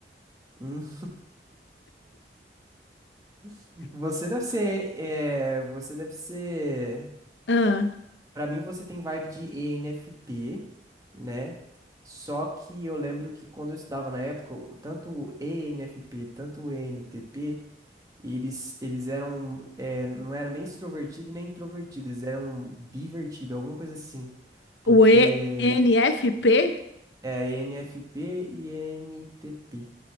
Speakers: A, on the right; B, on the left.
A: Hum. <laughs> Você deve ser, eh, você deve ser.
B: Ah,
A: Pra mim, você tem vibe de ENFP, né? Só que eu lembro que quando eu estudava na época, o- tanto o ENFP, tanto o ENTP, eles, eles eram, é, não era nem extrovertido nem introvertido, eles eram bivertido, alguma coisa assim. Porque
B: o ENFP?
A: é a NFP e NTP.